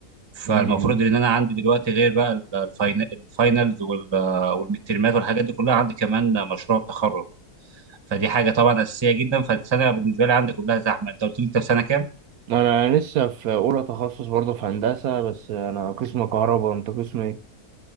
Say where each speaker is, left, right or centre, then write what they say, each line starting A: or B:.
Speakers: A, on the right; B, on the right.
A: فالمفروض
B: امم
A: ان انا عندي دلوقتي غير بقى ال- الفاين- الفاينلز وال- والمترمات والحاجات دي كلها عندي كمان مشروع التخرج فدي حاجة طبعا أساسية جدا فالسنة بالنسبة لي عندي كلها زحمة انت قلت لي انت في سنة كام؟
B: انا لسه في اولى تخصص برضه في هندسه بس انا قسم كهرباء انت قسم ايه